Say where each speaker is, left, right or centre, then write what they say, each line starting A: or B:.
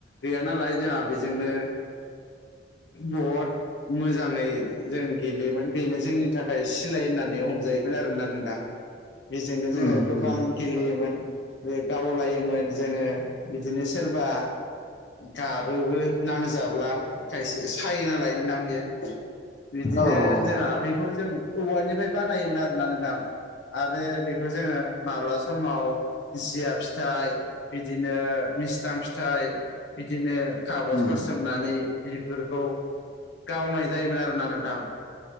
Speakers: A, on the left; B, on the left.
A: गैया नालाय जोंहा बेजोंनो बहुद मोजाङै जों गेलेयोमोन बेनो जोंनि थाखाय सिलाय होननानै हमजायोमोन आरोना नोंथां बेजोंनो
B: उम
A: जोङो
B: उम
A: गोबां गेलेयोमोन बे गावलायोमोन जोङो बिदिनो सोरबा गाबोबो नाङो जाब्ला खायसे सायो नालाय नोंथां बियो बिदिनो
B: औ उम
A: जोंहा बेखौ जों औवानिफ्राय बानायोमोन आरोना नोंथां आरो बेखौ जोङो माब्ला समाव जिया फिथाइ बिदिनो मिसथां फिथाइ बिदिनो खागजफोर
B: उम
A: सोमनानै बिफोरखौ गावनाय जायोमोन आरोना नोंथां